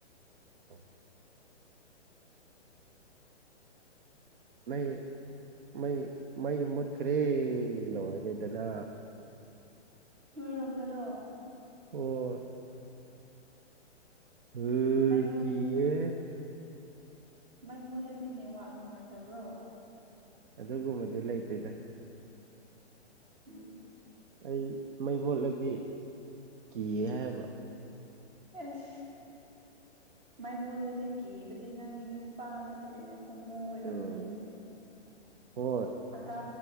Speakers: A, on the right; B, on the right.
A: <unintelligible> ꯃꯩ ꯃꯩ ꯃꯩ ꯃꯨꯠꯈ꯭ꯔꯦ ꯂꯣꯏꯔꯦꯗꯅ
B: ꯅꯣꯏꯔꯣꯝꯗꯔꯣ
A: <unintelligible> ꯎꯝ
B: ꯃꯩ
A: ꯀꯤꯍꯦ
B: ꯃꯥꯏ ꯃꯨꯜꯂꯗꯤ ꯅꯦꯠꯋꯥꯛ ꯅꯨꯡꯉꯥꯏꯇꯕ꯭ꯔꯣ
A: ꯑꯗꯨꯒꯨꯝꯕꯗꯣ ꯂꯩꯇꯦꯗ
B: ꯎꯝ
A: ꯑꯩ ꯃꯩ ꯃꯨꯠꯂꯗꯤ ꯀꯤꯌꯦ ꯍꯥꯏꯕ
B: ꯑꯦꯁ ꯃꯩ ꯃꯨꯠꯂꯗꯤ ꯀꯤꯕꯗꯤ ꯅꯪꯗꯤ ꯅꯨꯄꯥ ꯅꯠꯇ꯭ꯔꯅꯦ ꯍꯣꯃꯣ ꯑꯣꯏꯔꯝꯃꯅꯤ
A: ꯎꯝ
B: ꯑꯗꯨꯗꯤ
A: ꯍꯣꯏ
B: ꯑꯗꯥ